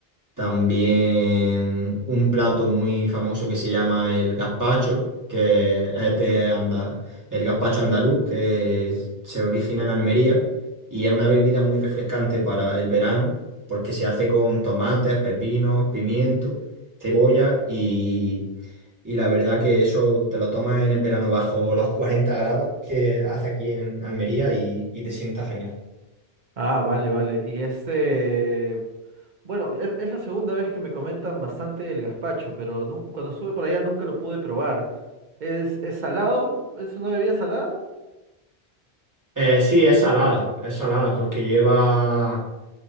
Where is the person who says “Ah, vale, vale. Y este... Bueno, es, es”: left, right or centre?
Right